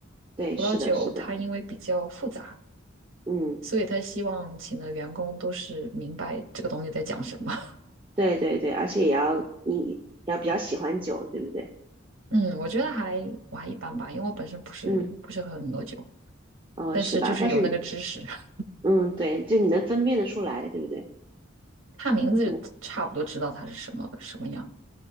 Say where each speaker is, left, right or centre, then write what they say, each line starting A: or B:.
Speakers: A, on the right; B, on the right.
A: 对，
B: 葡萄酒它因为比较复杂，
A: 是的，是的，嗯，
B: 所以他希望请的员工都是明白这个东西在讲什么。<laughs>
A: 对对对，而且也要你要比较喜欢酒，对不对？
B: 嗯，我觉得还我还一般吧，因为我本身不是不是喝很多酒，
A: 嗯，哦，
B: 但是就是有那个知识，
A: 是吧？但是，
B: <laughs>
A: 嗯，对，就你能分辨得出来，对不对？
B: 看名字差不多知道它是什么什么样。
A: 那，